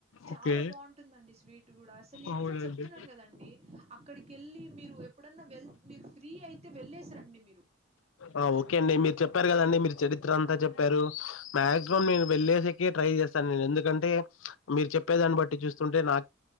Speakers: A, on the right; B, on the left.
A: చాలా
B: ఓకే
A: బాగుంటుందండి స్వీట్ గుడా అసల్ ఎట్ల
B: అవునండి
A: చెప్తున్నాను కదండి అక్కడికెళ్ళి మీరు ఎప్పుడన్న వెళ్ మీర్ ఫ్రీ అయితే వెళ్ళేసి రండి మీరు
B: ఆ ఓకే అండి మీరు చెప్పారు కదండి మీరు చరిత్ర అంతా చెప్పారు మాక్సిమం మేము వెళ్ళేసెకే ట్రై చేస్తాన్ నేను ఎందుకంటే మీరు చెప్పేదాన్ని బట్టి చూస్తుంటే నా